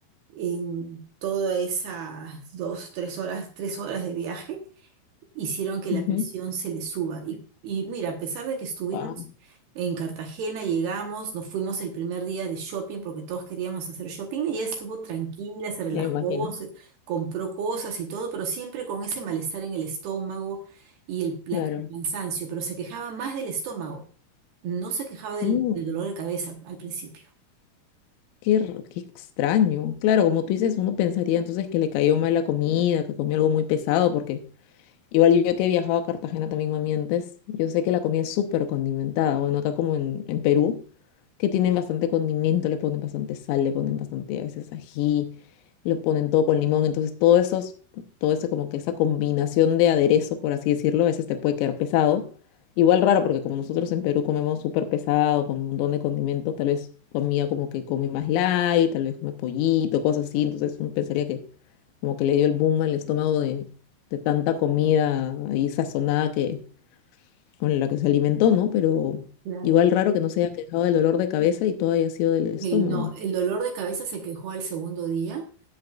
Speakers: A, on the right; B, on the left.
A: en todas esas dos, tres horas, tres horas de viaje hicieron que
B: Ujú.
A: la presión se le suba. Y, y mira, a pesar de que estuvimos
B: Guau.
A: en Cartagena, llegamos, nos fuimos el primer día de shopping porque todos queríamos hacer shopping, ella estuvo tranquila, se relajó,
B: Ya imagino,
A: se- compró cosas y todo, pero siempre con ese malestar en el estómago y el pla-
B: claro.
A: cansancio, pero se quejaba más del estómago, no se quejaba del,
B: Mm,
A: del dolor de cabeza al principio.
B: qué, r- qué extraño. Claro, como tú dices, uno pensaría entonces que le cayó mal la comida, que comió algo muy pesado, porque Igual yo que he viajado a Cartagena también, mami, antes, yo sé que la comida es súper condimentada. Bueno, acá como en, en Perú, que tienen bastante condimento, le ponen bastante sal, le ponen bastante a veces ají, lo ponen todo con limón. Entonces, todo esos, todo eso como que esa combinación de aderezo, por así decirlo, a veces te puede quedar pesado. Igual raro, porque como nosotros en Perú comemos súper pesado, con un montón de condimento, tal vez tu amiga como que come más light, tal vez come pollito, cosas así. Entonces, uno pensaría que como que le dio el boom al estómago de, de tanta comida ahí sazonada que, con la que se alimentó, ¿no? Pero
A: Claro.
B: igual raro que no se haya quejado del dolor de cabeza y todo haya sido del estómago.
A: Eh, no, el dolor de cabeza se quejó al segundo día.